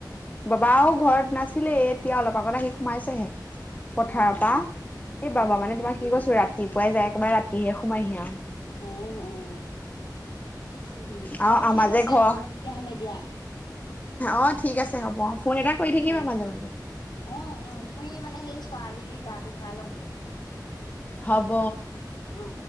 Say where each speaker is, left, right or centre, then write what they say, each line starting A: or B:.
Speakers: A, on the left (about 20°); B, on the left (about 80°).
A: বাবাও ঘৰত নাছিলে, এতিয়া অলপ আগত আহি সোমাইছেহে।
B: অ',
A: পথাৰৰপৰা
B: অ',
A: এই
B: অ',
A: বাবা মানে
B: অ',
A: তোমাক কি কৈছো ৰাতিপুৱাই যায় একেবাৰে ৰাতিহে সোমাইহি আৰু।
B: অ', অ' উ,
A: আৰু
B: বাৰু
A: আমাৰ
B: ঠিক আছে
A: যে ঘৰ
B: হ'ব তেতিয়াহ'লে দিয়া।
A: অ' ঠিক আছে হ'ব অ'। ফোন এটা কৰি থাকিবা
B: অ',
A: মাজে মাজে।
B: অ' উ, মই এই মানে সেই ছোৱালীক এই গাটো ধুৱাই লওঁগে।
A: হ'ব।
B: অ'।